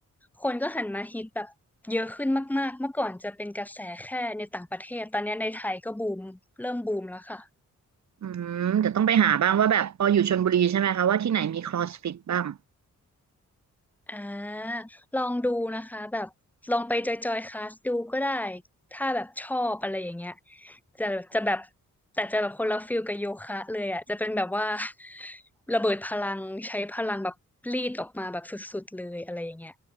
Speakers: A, in the centre; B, on the right.
A: คนก็หันมาฮิตแบบเยอะขึ้นมากๆเมื่อก่อนจะเป็นกระแสแค่ในต่างประเทศตอนนี้ในไทยก็บูมเริ่มบูมแล้วค่ะ
B: อืมเดี๋ยวต้องไปหาบ้างว่าแบบพออยู่ชลบุรีใช่ไหมคะว่าที่ไหนมีคลอสฟิตบ้าง
A: อ่าลองดูนะคะแบบลองไปจอยจอยคลาสดูก็ได้ถ้าแบบชอบอะไรอย่างเงี้ยจะจะแบบแต่จะแบบคนละฟิลกับโยคะเลยอ่ะจะเป็นแบบว่า <laughs> ระเบิดพลังใช้พลังแบบรีดออกมาแบบสุดๆเลยอะไรอย่างเงี้ย